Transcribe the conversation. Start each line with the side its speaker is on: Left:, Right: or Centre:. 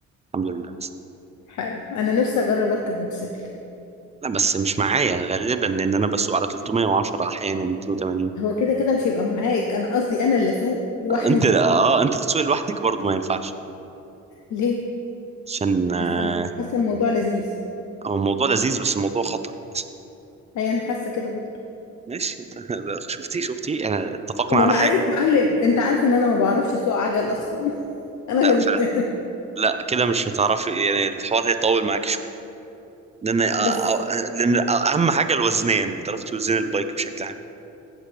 Right: الحمد لله
Left: حلو أنا نفسي أجرب أركب موتوسيكل
Right: لا بس مش معايا غالبا لان انا بسوق على 310 احيانا 280
Left: هو كده كده مش هيبقى معاك أنا قصدي أنا اللي أسوق لوحدي
Right: انت اه انت اللي تسوق لوحدك برضه ما ينفعش
Left: ليه
Right: عشان
Left: حاسة
Right: آه،
Left: حاسة الموضوع لذيذ
Right: هو الموضوع لذيذ بس الموضوع خطر بس
Left: هي أنا حاسة كده برضه
Right: ماشي <laughs> شفتي شفتي انا اتفقنا
Left: ما
Right: على
Left: انا
Right: حاجه
Left: عايزه اتعلم انت عارف ان انا ما بعرفش اسوق عجل اصلا <laughs> انا
Right: لا
Left: غلبان
Right: فلا لا كده مش هتعرفي يعني الحوار هيطول معاك شويه لان آه،
Left: بس
Right: آه، لان اهم حاجه الوزنيه انك تعرف توزن البايك بشكل عام